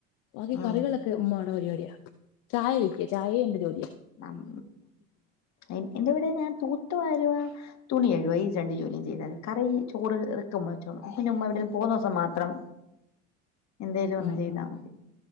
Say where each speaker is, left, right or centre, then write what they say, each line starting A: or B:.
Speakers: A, on the left; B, on the left.
A: ബാക്കി
B: ഉം
A: കറികളൊക്കെ ഉമ്മാടെ പരി യാ. ചായ വയ്ക്ക ചായേം ഇണ്ട്.
B: നമ് എൻ എന്റെവിടെ ഞാൻ തൂത്തു വാരുവാ തുണി കഴുവാ ഈ രണ്ട് ജോലിയും ചെയ്താ മതി. കറി, ചോറ് ഇതൊക്കെ ഉമ്മ വച്ചോളും. പിന്ന ഉമ്മ എവിടെലും പോവൂന്ന ദിവസം മാത്രം എന്തേലും ഒന്ന്
A: ഉം
B: ചെയ്താൽ
A: ഉം
B: മതി